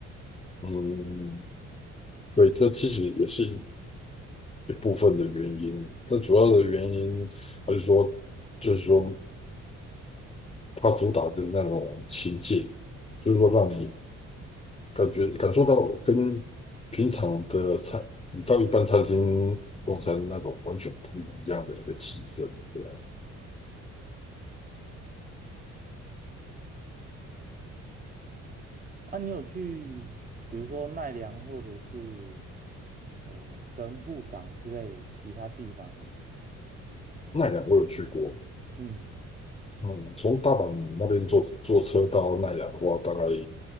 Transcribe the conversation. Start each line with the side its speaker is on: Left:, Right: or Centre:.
Left: 嗯，对，这其实也是一一部分的原因，但主要的原因还是说，就是说它主打就是那种亲近，就是说让你感觉感受到跟平常的餐，你到一般餐厅用餐那种完全不一样的一个气氛，这样子。
Right: 那你有去，比如说奈良或者是呃神户港之类其他地方吗？
Left: 奈良我有去过。
Right: 嗯，
Left: 嗯，从大阪那边坐坐车到奈良的话，大概